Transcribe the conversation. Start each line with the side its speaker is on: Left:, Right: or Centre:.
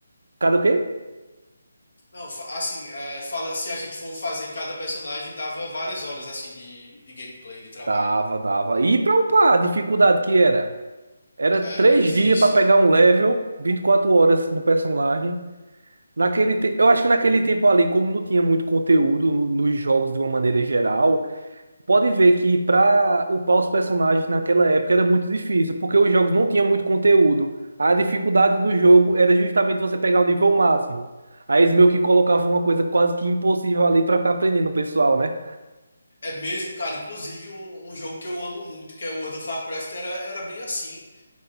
Right: Cadê o quê?
Left: Não, fa- assim, é, fala se a gente for fazer em cada personagem, dava várias horas, assim, de, de gameplay, de trabalho.
Right: Dava, dava. E pra upar, a dificuldade que era? Era
Left: Era
Right: três
Left: bem difícil.
Right: dias pra pegar um level, 24 horas no personagem. Naquele te... Eu acho que naquele tempo ali, como não tinha muito conteúdo nos jogos de uma maneira geral, pode ver que para upar os personagens naquela época era muito difícil, porque os jogos não tinham muito conteúdo. A dificuldade do jogo era justamente você pegar o nível máximo. Aí eles meio que colocavam uma coisa quase que impossível ali para ficar aprendendo o pessoal, né?
Left: É mesmo, cara. Inclusive, um, um jogo que eu amo muito, que é o World of Warcraft, era, era bem assim.